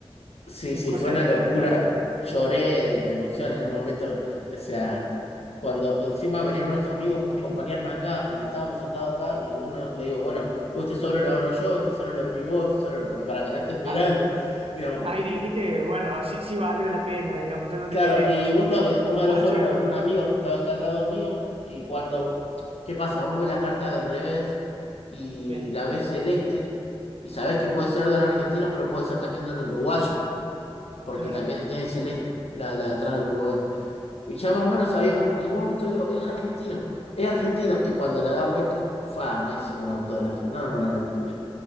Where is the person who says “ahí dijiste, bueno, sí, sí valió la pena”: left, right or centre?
Right